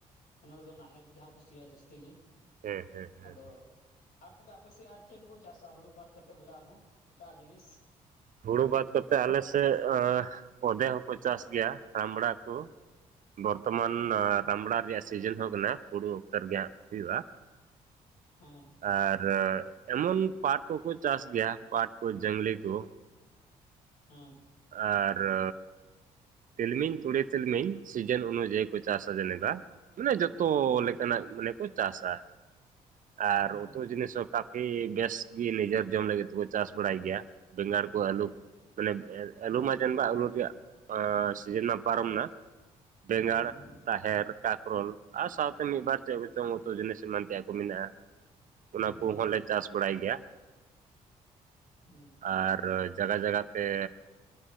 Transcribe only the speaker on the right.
ᱦᱮᱸ ᱦᱮᱸ
ᱦᱮᱸ
ᱦᱩᱲᱩ ᱵᱟᱫ ᱠᱟᱛᱮᱜ ᱟᱞᱮᱥᱮᱫ ᱚᱫᱮ ᱦᱚᱸᱠᱚ ᱪᱟᱥ ᱜᱮᱭᱟ ᱨᱟᱢᱲᱟ ᱠᱚ ᱵᱚᱨᱛᱚᱢᱟᱱ ᱨᱟᱢᱲᱟ ᱨᱮᱭᱟᱜ ᱥᱤᱡᱤᱱ ᱦᱚᱸ ᱠᱟᱱᱟ ᱦᱩᱲᱩ ᱚᱠᱛᱚ ᱨᱮ ᱜᱮ ᱦᱟᱸ ᱦᱩᱭᱩᱜ-ᱟ
ᱟᱨ ᱮᱢᱚᱱ ᱯᱟᱴ ᱠᱚᱠᱚ ᱪᱟᱥ ᱜᱮᱭᱟ ᱯᱟᱴ ᱠᱚ ᱡᱚᱝᱞᱤ ᱠᱚ
ᱟᱨᱻᱳ ᱛᱤᱞᱢᱤᱧ ᱛᱩᱲᱮ ᱛᱤᱞᱢᱤᱧ ᱥᱤᱡᱮᱱ ᱚᱱᱩᱡᱟᱭᱤ ᱠᱚ ᱪᱟᱥᱟ ᱡᱮᱞᱮᱠᱟ ᱢᱟᱱᱮ ᱡᱚᱛᱚ
ᱞᱮᱠᱟᱱᱟᱜ ᱢᱟᱱᱮ ᱠᱚ ᱪᱟᱥᱟ ᱟᱨ
ᱩᱛᱩ ᱡᱤᱱᱤᱥ ᱦᱚᱸᱠᱟ ᱵᱮᱥ ᱜᱮ ᱱᱤᱡᱮᱨ ᱡᱚᱢ ᱞᱟᱹᱜᱤᱫ ᱛᱮᱠᱚ ᱪᱟᱥ ᱵᱟᱲᱟᱭ ᱜᱮᱭᱟ ᱵᱮᱸᱜᱟᱲ ᱠᱚ ᱟᱹᱞᱩ ᱢᱟᱱᱮ ᱟᱹᱞᱩ ᱢᱟ ᱡᱮᱱᱵᱟ ᱟᱹᱞᱩ ᱨᱮᱭᱟᱜ ᱥᱤᱡᱤᱱ ᱢᱟ ᱯᱟᱨᱚᱢ ᱮᱱᱟ ᱵᱮᱸᱜᱟᱲ
ᱛᱟᱦᱮᱨ ᱠᱟᱠᱨᱚᱞ ᱟᱨ ᱥᱟᱶᱛᱮ ᱢᱤᱫ ᱵᱟᱨ ᱪᱮ ᱡᱚᱛ ᱩᱛᱩ ᱡᱤᱱᱤᱥ ᱮᱢᱟᱱ ᱛᱮᱭᱟᱜ ᱠᱚ ᱢᱮᱱᱟᱜ-ᱟ ᱚᱱᱟ
ᱠᱚᱦᱚᱸᱞᱮ ᱪᱟᱥ ᱵᱟᱲᱟᱭ ᱜᱮᱭᱟ
ᱟᱨ ᱡᱟᱜᱟ ᱡᱟᱜᱟᱛᱮ